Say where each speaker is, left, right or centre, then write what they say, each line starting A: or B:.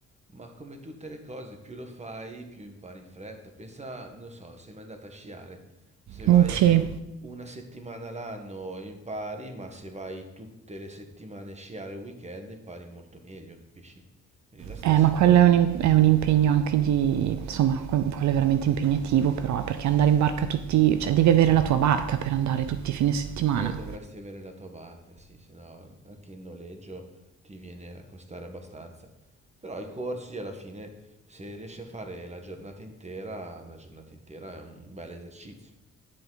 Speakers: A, on the right (about 20°); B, on the right (about 70°).
A: Ma come tutte le cose, più lo fai, più impari in fretta. Pensa, non so, sei mai andata a sciare. Se vai
B: Mm, Sì,
A: una settimana l'anno impari, ma se vai tutte le settimane a sciare il weekend impari molto meglio, capisci? È la stessa
B: Eh, ma quello
A: cosa.
B: è un, im- è un impegno anche di, insomma, que- quello è veramente impegnativo però, eh, perché andare in barca tutti, cioè devi avere la tua barca per andare tutti i fine settimana.
A: E dovresti avere la tua barca, sì, se no anche in noleggio ti viene a costare abbastanza. Però i corsi alla fine, se riesci a fare la giornata intera, una giornata intera è un bel esercizio.